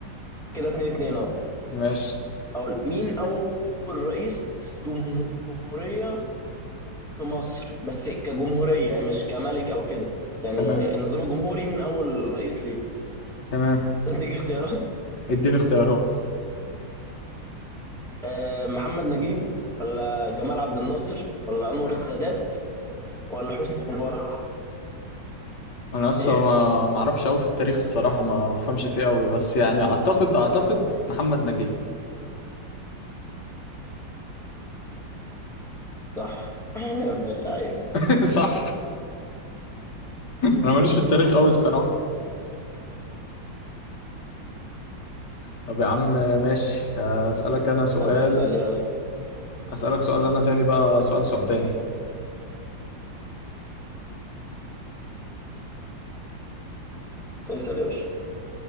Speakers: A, in the centre; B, on the left.
A: كده اتنين اتنين اه
B: ماشي
A: هقول مين اول رئيس جمهورية في مصر بس كجمهورية مش كملك او كده يعني
B: تمام
A: النظام الجمهوري مين اول رئيس ليه
B: تمام
A: اديك اختيارات <laughs>
B: اديني اختيارات
A: آه، محمد نجيب ولا جمال عبد الناصر ولا انور السادات ولا حسني مبارك
B: انا لسه
A: ايه
B: ما ما اعرفش قوي في التاريخ الصراحة ما بفهمش فيه قوي بس يعني اعتقد اعتقد محمد نجيب
A: صح <laughs> يا ابن اللعيبه
B: <laughs> صح انا ماليش في التاريخ قوي الصراحه طب يا عم ماشي هسألك انا سؤال
A: طب اسال يلا
B: هسألك سؤال انا تاني بقى سؤال ثعباني
A: اسال يا باشا